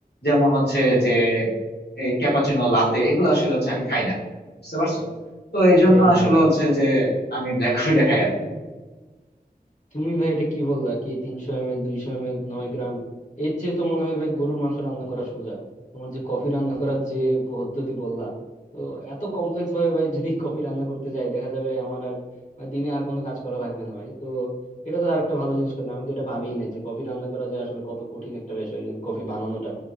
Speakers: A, on the left (about 80°); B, on the left (about 45°).
A: যেমন হচ্ছে যে এই ক্যাপাচিনো লাতে এগুলো আসলে হচ্ছে আমি খাই না বুঝতে পারছো তো এই জন্য
B: আরে
A: আসলে
B: ভাই
A: হচ্ছে যে আমি ব্ল্যাক কফিটা খাই আর কি
B: তুমি ভাই এটা কি বললা কি তিনশো এম এল দুইশো এম এল নয় গ্রাম এর চেয়ে তো মনে হয় ভাই গরুর মাংস রান্না করা সোজা তোমার যে কফি রান্না করার যে পদ্ধতি বললা তো এত কমপ্লেক্স ভাবে ভাই যদি কফি রান্না করতে যাই দেখা যাবে আমার আর বা দিনে আর কোনো কাজ করা লাগবে না ভাই তো এটা তো আরেকটা ভালো জিনিস করলাম আমি তো এটা ভাবিই নাই যে কফি রান্না করা যে আসলে কত কঠিন একটা বিষয় কফি বানানোটা